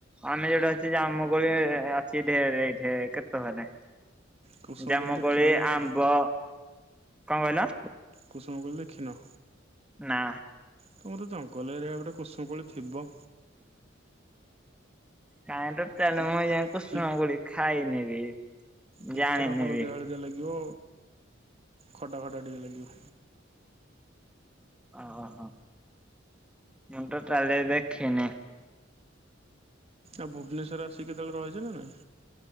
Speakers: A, in the centre; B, on the right (about 30°).
A: ଅନେଇ ରହିଛି ଜାମୁ କୋଳି ଅଛି ଢେରେ ଏଇଠି କେତ ଭରେ।
B: କୁସୁମ
A: ଜାମୁକୋଳି,
B: କୋଳି ଦେଖିନ ନାଇଁ
A: ଆମ୍ବ,
B: କି
A: କଣ କହିଲ?
B: କୁସୁମ କୋଳି ଦେଖିନ।
A: ନା।
B: ତମର ଜଙ୍ଗଲ ଏରିଆ ପଟେ କୁସୁମ କୋଳି ଥିବ।
A: କାହିଁ ତ ଚାଲେ
B: ଭି
A: ମୁଁ ଯାଉ କୁସୁମ
B: ଭି
A: କୋଳି ଖାଇନି ବି।
B: ଭିତର
A: ଜାଣିନି
B: ହଳଦିଆ
A: ବି
B: ହଳଦିଆ ଲାଗିବ ଖଟା ଖଟା ଟିକେ ଲାଗିବ।
A: ଅ-ଅହ ମୁଁ ତ ତାହେଲେ ଦେଖିନି।
B: ଆଉ ଭୁବନେଶ୍ୱର ଆସିକି କେତବେଳେ ରହିଛ ନା ନାଇଁ?